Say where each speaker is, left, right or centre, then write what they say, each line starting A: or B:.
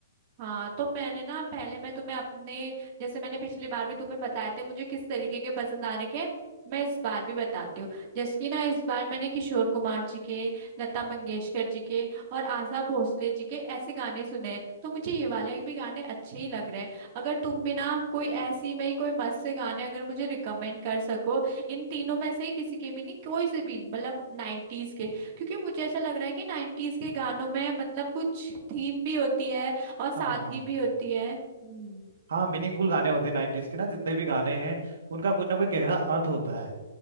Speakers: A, on the right; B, on the right.
A: हाँ तो मैंने ना पहले मैं तुम्हें अपने जैसे मैंने पिछली बार भी तुम्हें बताए थे मुझे किस तरीके के पसंद आ रहे के मैं इस बार भी बताती हूँ जैसे कि ना इस बार मैंने किशोर कुमार जी के लता मंगेशकर जी के और आशा भोसले जी के ऐसे गाने सुने हैं तो मुझे ये वाले भी गाने अच्छे ही लग रहे हैं अगर तुम भी ना कोई ऐसी में ही कोई मस्त से गाने अगर मुझे रिकमेंड कर सको इन तीनों में से किसी के भी नहीं कोई से भी मतलब नाइन्टीज के क्योंकि मुझे ऐसा लग रहा है कि नाइन्टीज के गानों में मतलब कुछ थीम भी होती है और सादगी
B: हाँ हाँ
A: भी होती है हम्म
B: हाँ मीनिंगफुल गाने होते हैं नाइन्टीज के ना जितने भी गाने हैं उनका कुछ ना कुछ गहरा अर्थ होता है